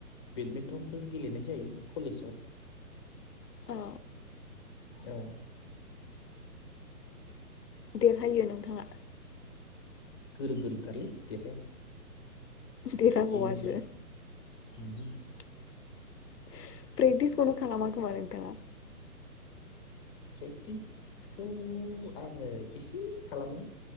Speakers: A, on the left (about 15°); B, on the left (about 85°).
A: बेडमिन्टनफोर गेलेनाय जायो कलेजाव।
B: अ
A: औ।
B: देरहायो नोंथाङा?
A: गोरों गोरोंथारलै देरहाया।
B: देरहाबावासो
A: जेनोसै ओमहो
B: <inaudible> प्रेक्टिसखुनो खालामा खोमा नोंथाङा‌।
A: प्रेक्टिसखौ आङो एसे खालामो